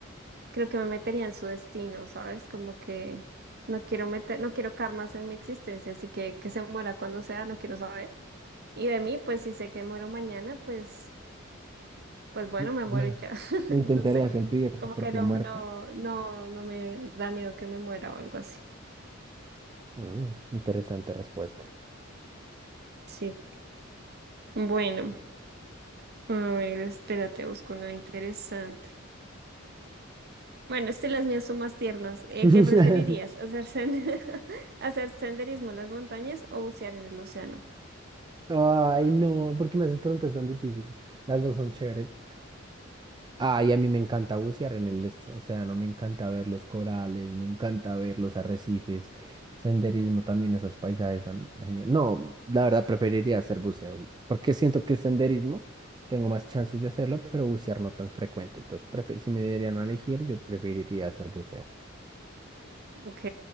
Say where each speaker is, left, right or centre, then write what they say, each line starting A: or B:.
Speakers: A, on the right; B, on the right.
A: creo que me metería en su destino, ¿sabes? Como que no quiero meter, no quiero karmas en mi existencia, así que que se muera cuando sea, no quiero saber. Y de mí, pues si sé que muero mañana, pues, pues bueno,
B: No,
A: me
B: no
A: muero
B: in-
A: y ya. <laughs>
B: no intentarías
A: Entonces,
B: impedir
A: como
B: tu propia
A: que no,
B: muerte.
A: no, no, no me da miedo que me muera o algo así.
B: Mm, interesante respuesta.
A: Sí. Bueno, a ver, espérate, busco una interesante. Bueno, este las mías son más tiernas. Eh,
B: <laughs>
A: ¿qué preferirías? ¿Hacer send- <laughs> hacer senderismo en las montañas o bucear en el océano?
B: Ay, no, ¿por qué me haces preguntas tan difíciles? Las dos son chéveres. Ay, a mí me encanta bucear en el est- océano, me encanta ver los corales, me encanta ver los arrecifes, senderismo también, esos paisajes son geniales. No, la verdad preferiría hacer buceo, porque siento que senderismo tengo más chances de hacerlo, pero bucear no tan frecuente. Entonces, prefer- si me dieran a elegir, yo preferiría hacer buceo.
A: Ok,